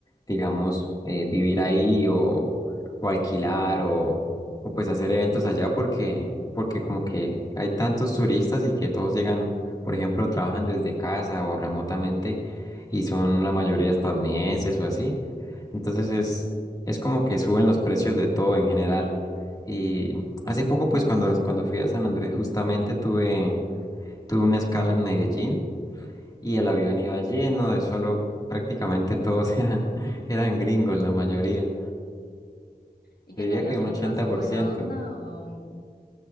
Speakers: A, on the left (about 25°); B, on the left (about 70°).
A: digamos, eh, vivir ahí o, o alquilar o, o pues hacer eventos allá porque, porque como que hay tantos turistas y que todos llegan, por ejemplo, trabajan desde casa o remotamente y son la mayoría estadounidenses o así. Entonces es, es como que suben los precios de todo en general. Y hace poco, pues cuando, cuando fui a San Andrés justamente tuve, tuve una escala en Medellín y el avión iba lleno de solo, prácticamente todos <laughs> eran, eran gringos, la mayoría.
B: ¿Y qué
A: Diría
B: tal
A: que
B: los
A: un
B: gringos?
A: 80%.
B: ¿Son buena onda o,